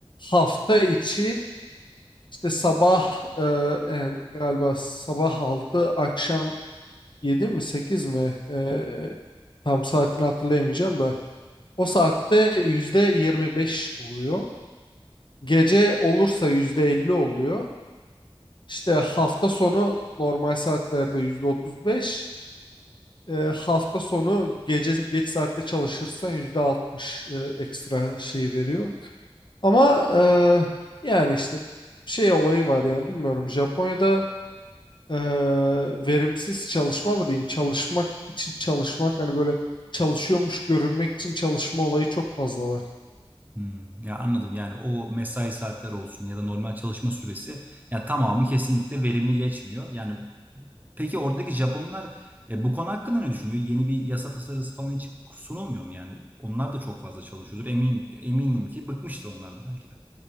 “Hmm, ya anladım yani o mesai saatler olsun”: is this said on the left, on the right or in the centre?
Right